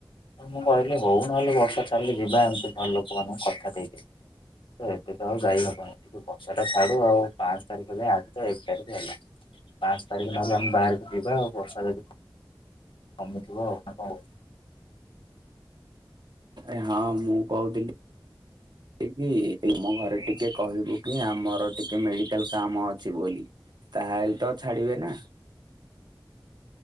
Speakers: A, on the left; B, on the right.
A: ମୁଁ କହିଲି ହଉ ନହେଲେ ବର୍ଷା ଛାଡିଲଲେ ଯିବା ଏମିତି ଘର ଲୋକମାନଙ୍କୁ କଥା ଦେଇକି ତ ଏବେତ ଆଉ ଯାଇହବନି ଟିକେ ବର୍ଷଟା ଛାଡୁ ଆଉ ପାଞ୍ଚ ତାରିଖ ହେଲେ ଆଜିତ ଏକ ତାରିଖ ହେଲା ପାଞ୍ଚ ତାରିଖ ନହେଲେ ଆମେ ବାହାରିକି ଯିବା ଆଉ ବର୍ଷା ଯଦି କମିଥିବ ନା କଣ କହୁଛୁ?
B: ଏଁ ହଁ ମୁଁ କହୁଥିଲି। ଟିକି ଏଇ ମୋ ଘରେ ଟିକେ କହିବୁକି ଆମର ଟିକେ ମେଡିକାଲ କାମ ଅଛି ବୋଲି। ତାହେଲେ ତ ଛାଡିବେ ନା।